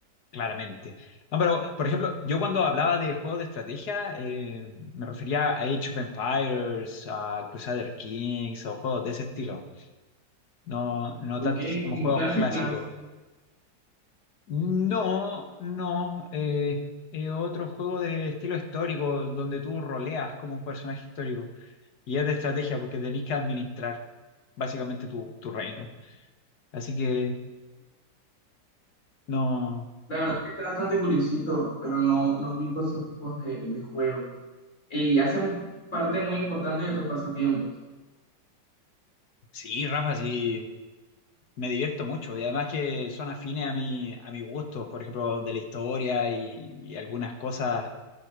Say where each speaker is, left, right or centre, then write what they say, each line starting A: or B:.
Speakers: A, on the left (about 60°); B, on the left (about 40°).
A: claramente. No, pero, por ejemplo, yo cuando hablaba de juegos de estrategia, eh, me refería a Age of Empires, a Crusader Kings, o juegos de ese estilo. No, no
B: Ok,
A: tanto así como
B: como
A: juegos
B: Clash
A: clásicos.
B: of Clans.
A: No, no, eh, eh, otro juego de estilo histórico, donde tú roleas como un personaje histórico. Y es de estrategia porque tenés que administrar básicamente tu, tu reino. Así que, no.
B: La verdad que está bastante curiosito, pero no, no ubico esos tipos de, de juegos. Y hacen parte muy importante de tus pasatiempos.
A: Sí, Rafa, sí, me divierto mucho. Y además que son afines a mi, a mi gusto, por ejemplo, de la historia y, y algunas cosas